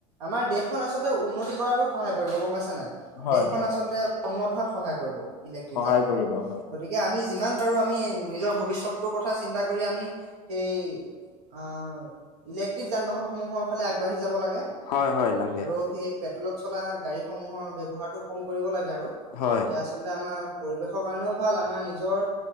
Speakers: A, on the right; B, on the left.
A: আমাৰ দেশখন আচলতে উন্নতি কৰাতো সহায় কৰিব গম পাইছা নাই
B: হয়
A: দেশখন
B: হয়।
A: আচলতে উন্নত হোৱাত সহায় কৰিব ইলেক্ট্ৰিক
B: সহায়
A: যান বাহনে
B: কৰিব হয়।
A: গতিকে আমি যিমান পাৰো আমি নিজৰ ভৱিষ্যতটোৰ কথা চিন্তা কৰি আমি সেই আহ ইলেক্ট্ৰিক যান বাহন সমূহৰ ফালে আগবাঢ়ি যাব লাগে,
B: হয় হয় লাগে
A: আৰু সেই পেট্ৰলত চলা গাড়ীসমূহৰ ব্যৱহাৰটো কম কৰিব লাগে আৰু
B: হয়
A: তেতিয়া আচলতে আমাৰ পৰি কাৰণেও ভাল আমাৰ নিজৰ